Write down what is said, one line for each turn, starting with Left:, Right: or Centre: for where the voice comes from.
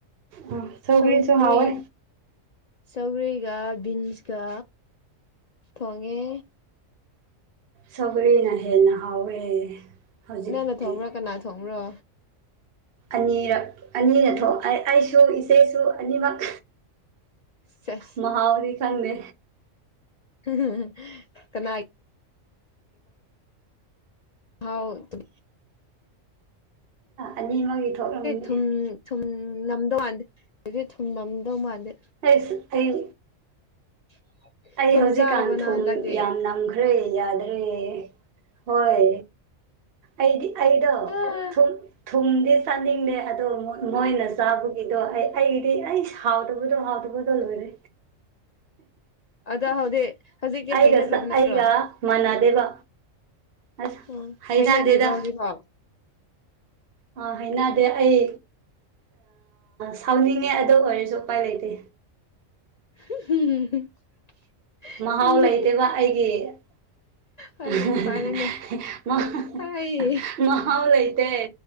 Right: ꯎꯝ ꯁꯧꯒ꯭ꯔꯤꯁꯨ
Left: ꯁꯧꯒ꯭ꯔꯤ
Right: ꯍꯥꯎꯋꯦ
Left: ꯁꯧꯒ꯭ꯔꯤꯒ ꯕꯤꯟꯁꯀ ꯊꯣꯡꯉꯦ
Right: ꯁꯧꯒ꯭ꯔꯤꯅ ꯍꯦꯅ ꯍꯥꯎꯋꯦ ꯍꯧꯖꯤꯛꯇꯤ
Left: ꯅꯪꯅ ꯊꯣꯡꯕ꯭ꯔꯣ ꯀꯅꯥ ꯊꯣꯡꯕ꯭ꯔꯣ
Right: ꯑꯅꯤꯔꯛ ꯑꯅꯤꯅ ꯊꯣꯛ ꯑꯩꯁꯨ ꯏꯆꯦꯁꯨ ꯑꯅꯤꯃꯛ
Left: ꯁꯦꯁ
Right: ꯃꯍꯥꯎꯗꯤ ꯈꯪꯗꯦ
Left: <unintelligible> ꯍꯥꯎ <unintelligible>
Right: ꯑꯅꯤꯃꯛꯒꯤ ꯊꯣꯛꯂꯝꯒꯅꯤ
Left: ꯊꯨꯝ ꯊꯨꯝ ꯅꯝꯗꯧ ꯃꯥꯟꯗꯦ <unintelligible> ꯊꯨꯝ ꯅꯝꯗꯧ ꯃꯥꯟꯗꯦ
Right: ꯑꯩꯁ ꯑꯩ
Left: <inaudible>
Right: ꯑꯩ ꯍꯧꯖꯤꯛꯀꯥꯟ
Left: ꯆꯥꯔꯕꯣ ꯅꯪ
Right: ꯊꯨꯝ
Left: ꯍꯟꯗꯛꯇꯤ
Right: ꯌꯥꯝ ꯅꯝꯈ꯭ꯔꯦ ꯌꯥꯗ꯭ꯔꯦ ꯍꯣꯏ ꯑꯩꯗꯤ ꯑꯩꯗꯣ
Left: ꯑꯥ
Right: ꯊꯨꯝ ꯊꯨꯝꯗꯤ ꯆꯥꯅꯤꯡꯗꯦ ꯑꯗꯣ ꯃꯣꯏꯅ ꯆꯥꯕꯒꯤꯗꯣ ꯑꯩ ꯑꯩꯒꯤꯗꯤ ꯑꯩ ꯍꯥꯎꯗꯕꯗꯣ ꯍꯥꯎꯗꯕꯗꯣ ꯂꯣꯏꯔꯦ
Left: ꯑꯗ ꯍꯧꯖꯤꯛ ꯍꯧꯖꯤꯛꯇꯤ
Right: ꯑꯩꯒ
Left: ꯍꯩꯅꯈ꯭ꯔꯕ
Right: ꯆ
Left: ꯅꯠꯇ꯭ꯔꯣ
Right: ꯑꯩꯒ ꯃꯥꯟꯅꯗꯦꯕ ꯑꯁ
Left: ꯎꯝ
Right: ꯍꯩꯅꯗꯦꯗ
Left: ꯍꯥꯏꯅꯗ꯭ꯔꯤꯕ ꯍꯧꯖꯤꯛꯐꯥꯎ
Right: ꯑ ꯍꯥꯏꯅꯗꯦ ꯑꯩ ꯁꯥꯎꯅꯤꯡꯉꯦ ꯑꯗꯨ ꯑꯣꯏꯔꯁꯨ ꯎꯄꯥꯏ ꯂꯩꯇꯦ
Left: <unintelligible>
Right: ꯃꯍꯥꯎ
Left: ꯁꯝꯅꯤ
Right: ꯂꯩꯇꯦꯕ ꯑꯩꯒꯤ <unintelligible>
Left: ꯍꯣꯏꯅꯦ ꯐꯔꯦꯅꯦ ꯑꯩ
Right: ꯃꯍꯥꯎ ꯂꯩꯇꯦ